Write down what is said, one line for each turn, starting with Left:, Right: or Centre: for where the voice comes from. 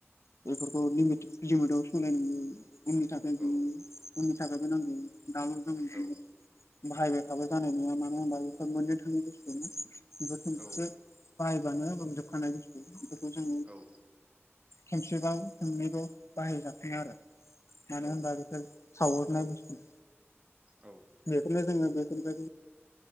Left: बेफोरखौ लिमिट लिमिदाव सोलायनांगौ नोंथां। आंनि
Right: औ
Left: थाखायबो नांगोन नोंथांमोननिथिं
Right: औ
Left: बाहायबाय थाबा जानाय नङा मानो होनबा बेफोर मोननो थाङि बुसथु। बे खनसे
Right: औ
Left: बाहायबानो जोबखानाय बुस्थु बेफोरखौ जों
Right: औ
Left: खोमसेबाव सोंनैबाव बाहाय जाफिना आरो मानो
Right: औ
Left: होनबा बेफोर सावरनाय बुस्थु।
Right: औ
Left: बेफोरनो जोङो बेफोरनिफ्राय